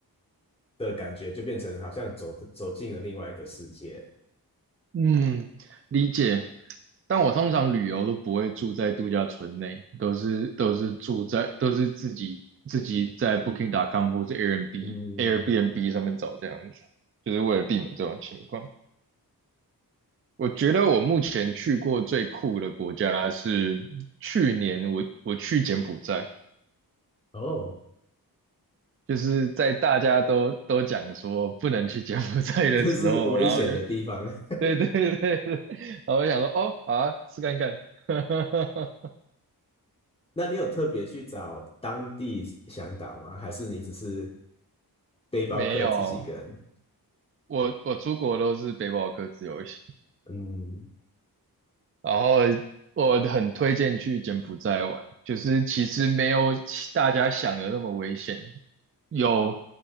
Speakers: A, on the left; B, on the right.
A: 的感觉，就变成好像走走进了另外一个世界。
B: 嗯，理解。但我通常旅游都不会住在度假村内，都是都是住在都是自己自己在 Booking.com 或者 Airbnb
A: 嗯，
B: Airbnb 上面找这样子，就是为了避免这种情况。我觉得我目前去过最酷的国家是去年我我去柬埔寨，
A: 哦，
B: 就是在大家都都讲说不能去柬埔寨的时候，
A: <laughs> 这是危险的地方。
B: 然后我就
A: <laughs>
B: 对对对对，然后我就想说哦好啊，试看看。<laughs>
A: 那你有特别去找当地向导吗？还是你只是背包客自己一个人？
B: 没有，我我出国都是背包客自由行，
A: 嗯，
B: 然后我很推荐去柬埔寨玩，就是其实没有大家想的那么危险，有